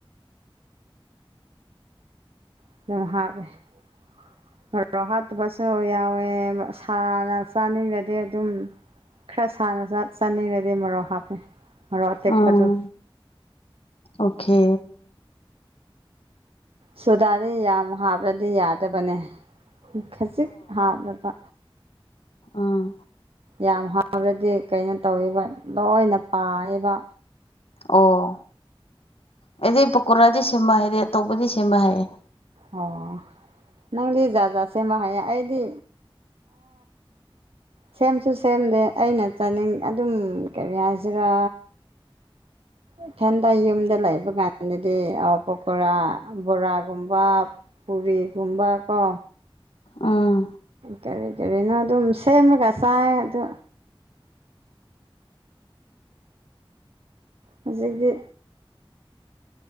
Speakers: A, on the right; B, on the left.
A: <unintelligible> ꯃꯔꯣꯛ ꯍꯥꯠꯇꯕꯁꯨ ꯌꯥꯎꯋꯦ ꯁꯥꯅ ꯆꯥꯅꯤꯡꯉꯗꯤ ꯑꯗꯨꯝ ꯈꯔ ꯁꯥꯅ ꯆꯥꯅꯤꯡꯉꯗꯤ ꯃꯔꯣꯔꯣꯛ ꯍꯥꯞꯄꯦ ꯃꯔꯣꯛ ꯑꯇꯦꯛꯄꯗꯣ
B: ꯎꯝ ꯑꯣꯀꯦ꯫
A: ꯁꯨꯗꯥꯗꯤ ꯌꯥꯝ ꯍꯥꯕ꯭ꯔꯗꯤ ꯌꯥꯗꯕꯅꯦ ꯈꯖꯤꯛ ꯍꯥꯞꯂꯅꯕ
B: ꯑꯥ
A: ꯌꯥꯝ ꯍꯕ꯭ꯔꯗꯤ ꯀꯩꯅꯣ ꯇꯧꯋꯦꯕ ꯂꯣꯏꯅ ꯄꯥꯏꯌꯦꯕ
B: ꯑꯣ ꯑꯩꯗꯤ ꯄꯀꯣꯔꯥꯗꯤ ꯁꯦꯝꯕ ꯍꯥꯏꯔꯦ ꯑꯇꯧꯕꯗꯤ ꯁꯦꯝꯕ ꯍꯥꯏꯌꯦꯦ
A: ꯑꯣ ꯅꯪꯗꯤꯖꯖꯥꯁꯦ ꯃꯍ ꯍꯩ ꯑꯩꯗꯤ ꯁꯦꯝꯁꯨ ꯁꯦꯝꯗꯦ ꯑꯩꯅ ꯆꯥꯅꯤꯡ ꯑꯗꯨꯝ ꯀꯔꯤ ꯍꯥꯏꯁꯤꯔꯥ ꯏꯊꯦꯟꯗ ꯌꯨꯝꯗ ꯂꯩꯕ ꯀꯥꯟꯗꯗꯤ ꯄꯀꯣꯔꯥ ꯕꯣꯔꯥꯒꯨꯝꯕ ꯞ ꯄꯨꯔꯤ ꯀꯨꯝꯕꯀꯣ
B: ꯎꯝ
A: ꯀꯔꯤ ꯀꯔꯤꯅꯣ ꯑꯗꯨꯝ ꯁꯦꯝꯃꯒ ꯆꯥꯏ ꯑꯗꯨ ꯍꯧꯖꯤꯛꯤ